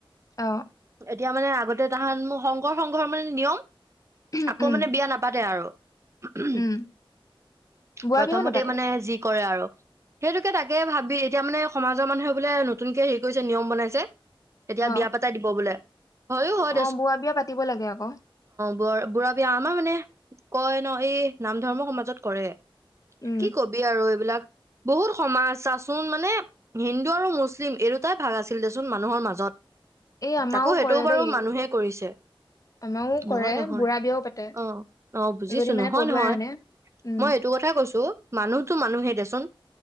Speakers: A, on the left; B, on the right.
A: অ
B: এতিয়া মানে আগত <unintelligible> সংঘৰ মানে নিয়ম
A: উম
B: আকৌ মানে বিয়া নাপাতে আৰু। <unintelligible>
A: উম বোৱা
B: প্ৰথমতে
A: বিয়াও নাপাতে
B: মানে যি কৰে আৰু। <inaudible> সেইটোকে তাকে ভাবি এতিয়া মানে সমাজৰ মানুহে বোলে নতুনকে হেৰি কৰিছে, নিয়ম বনাইছে। এতিয়া
A: অ
B: বিয়া পাতাই দিব বোলে। হয়ো হয়
A: অ', বুৱা বিয়া পাতিবই লাগে আকৌ।
B: বৰ বুঢ়া বিয়া আমাৰ মানে কয় ন'এই নাম ধৰ্ম সমাজত কৰে।
A: উম
B: কি -কবি আৰু এইবিলাক বহুত সমাজ চাচোন মানে হিন্দু আৰু মুছলিম এই দুটাই ভাগ আছিল দেচোন মানুহৰ মাজত তাকো
A: এই আমাৰও
B: সেইটোও
A: কৰে
B: বাৰু
A: দেই
B: মানুহে কৰিছে
A: আমাৰও কৰে
B: নহয়- নহয়,
A: বুঢ়া বিয়াও পাতে
B: অহ -অহ বুজিছো
A: যদি মানে
B: নহয়
A: পলুৱাই
B: -নহয়
A: আনে উম
B: মই এইটো কথাই কৈছো মানুহটো মানুহে দেচোন।